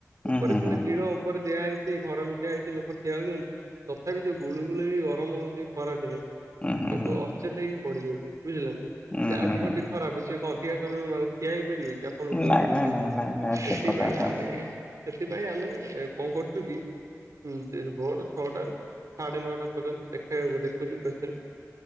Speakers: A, on the left (about 20°); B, on the right (about 65°).
A: ହୁଁ
B: ଉପରେ
A: ହୁଁ
B: ସିନା
A: ହୁଁ
B: ଟିଣ ଉପରେ ଦିଆହେଇଛି <unintelligible> ହେଇଛି ଲୋକ ଠିଆ ହଉଛନ୍ତି ତଥାପି ଯୋଉ ଗୁଳୁଗୁଳି ବି ଗରମ ହଉଛି ଖରା ଦିନେ।
A: ହୁଁ ହୁଁ
B: ଲୋକ
A: ହୁଁ।
B: ଅଚେତ ହେଇକି ପଡିଯାଉଛି ବୁଝିଲ ନା,
A: ହୁଁ
B: ଯାହା
A: ହୁଁ
B: ଦେହଟି
A: ହୁଁ
B: ଖରାପ ସେ ଅଧିକା ସମୟ ଠିଆ ହେଇପାରିବେ କି? ଆପଣ କୁହନ୍ତୁ
A: ନାଇଁ
B: ନିଜେ,
A: ନାଇଁ ନାଇଁ ନାଇଁ ନାଇଁ
B: ସେଥିପାଇଁ
A: ଠିକ କଥା ଆପଣ
B: ଆମେ
A: କହୁଛନ୍ତି।
B: ସେଥିପାଇଁ ଆମେ କଣ କରୁଛୁ କି -ଭୋର ଛଅଟା ରୁ ସାଢେ ନଅଟା। ପର୍ଯନ୍ତ ଦେଖବାକୁ ଦେଖୁଛୁ ପେସେଣ୍ଟ